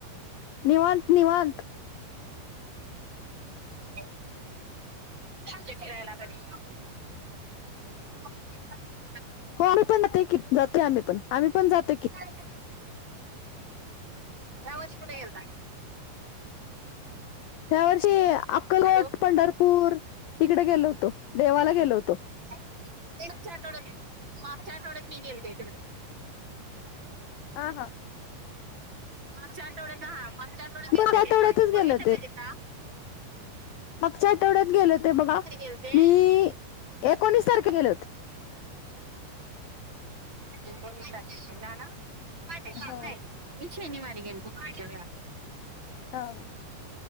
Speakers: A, on the left (about 75°); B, on the right (about 25°).
A: निवांत निवांत
B: <inaudible> ये फिरायला कधी. <inaudible>
A: हो. आमही पण जे जातो. आम्ही पण आम्ही पण जातोय की.
B: <inaudible> या वर्षी कुठ गेलता?
A: ह्या वर्षी अक्कलकोट
B: हॅलो
A: पंढरपूर तिकडे गेलो होतो देवाला गेलो होतो.
B: <unintelligible> मागच्या आठवड्यात मी गेलते तिकडे.
A: ह हां.
B: मगच्या आठवड्यातहा मगच्या आठवडत गेते
A: मागच्या आठवड्यातच
B: मी पण बघन
A: गेले होते
B: माहिजे का.
A: मागच्या आठवड्यात गेल होते बघा
B: गेलते
A: मी एकोणीस तारखे गेले होत.
B: एकोणावीस तारखेला जाणार
A: हा
B: <unintelligible> मी शनिवारी गेल ते मागच्या वेळा.
A: हा